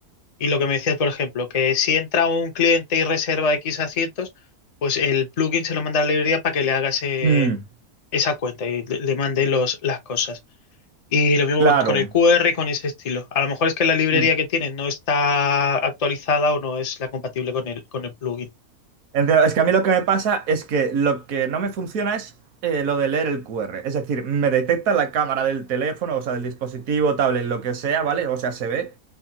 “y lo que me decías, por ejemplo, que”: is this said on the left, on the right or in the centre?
Left